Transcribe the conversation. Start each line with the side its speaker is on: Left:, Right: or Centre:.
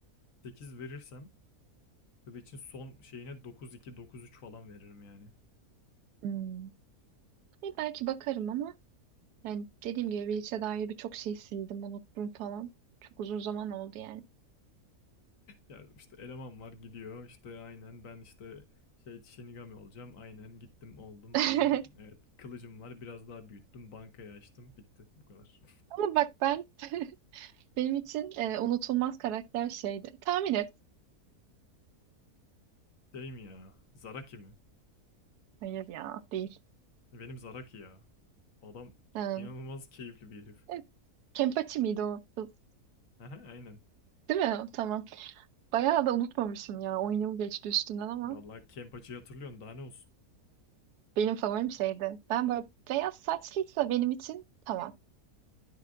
Left: sekiz verirsem Bleach'in son şeyine dokuz iki dokuz üç falan veririm yani.
Right: Hmm. E, belki bakarım ama yani dediğim gibi Bleach'e dair birçok şey sildim, unuttum falan. Çok uzun zaman oldu yani.
Left: Ya işte eleman var gidiyor işte aynen ben işte şey Shinigami olacağım aynen gittim oldum
Right: <laughs>
Left: falan. Evet kılıcım var biraz daha büyüttüm bankayı açtım bitti bu kadar.
Right: Ama bak ben <laughs> benim için e, unutulmaz karakter şeydi. Tahmin et.
Left: <laughs> Şey mi ya Zaraki mi?
Right: Hayır ya değil.
Left: Benim Zaraki ya. Adam
Right: Ha.
Left: inanılmaz keyifli bir herif.
Right: Evet. Kenpachi miydi o? kız?
Left: <laughs> Aha, aynen.
Right: Değil mi? Tamam. Bayağı da unutmamışım ya. 10 yıl geçti üstünden ama
Left: Vallahi Kenpachi'yi hatırlıyorsun daha ne olsun.
Right: benim favorim şeydi. Ben böyle beyaz saçlıysa benim için tamam.